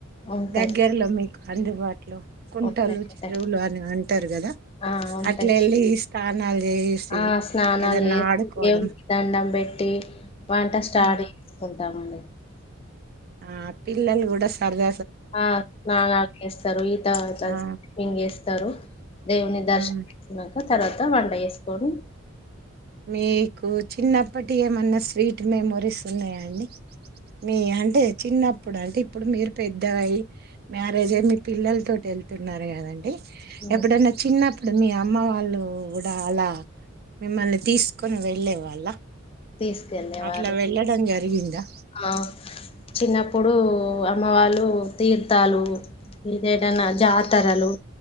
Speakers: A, on the left; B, on the right.
A: ఉంటాయి
B: దగ్గ్యర్లొమ్మి అందుబాటు ఇట్ కుంటలు,
A: ఉంటాయి ఉంటాయి
B: చెరువులు అని అంటారు కదా
A: ఆ ఉంటాయి
B: అట్ల వెళ్ళి స్నానాలు చేసి
A: ఆ స్నానాలు
B: ఏదన్నా
A: చేసి
B: ఆడుకోవడం.
A: దేవునికి దండం పెట్టి వంట స్టార్ట్
B: ఉ
A: చేసుకుంటామండి
B: ఆ పిల్లలు కూడా సరద
A: ఆ స్నానాలు చేస్తారు, ఈతకొడతారు,
B: ఆ
A: ఎం చేస్తారు దేవుని దర్శనం
B: ఉమ్.
A: చేస్తున్నాక తర్వాత వండ చెసుకొని
B: మీకు చిన్నప్పటి ఇ ఏమన్నా స్వీట్ మెమోరీస్ ఉన్నాయాండి. మీ అంటే చిన్నప్పుడు అంటే ఇప్పుడు మీరు పెద్ద అయి మ్యారేజే మీ పిల్లల తోటి వెళ్తున్నారు కదండి.
A: ఉమ్,
B: ఎప్పుడన్న చిన్న ఇప్పుడు మీ అమ్మ వాళ్ళు కూడా అలా మిమ్మల్ని తీసుకొని వెళ్ళే వాళ్ళ
A: తీసుకెళ్ళేవారు
B: అట్లా వెళ్ళడం జరిగిందా
A: ఆ చిన్నప్పుడు అమ్మ వాళ్ళు తీర్థాలు ఇదేదైనా జాతరలు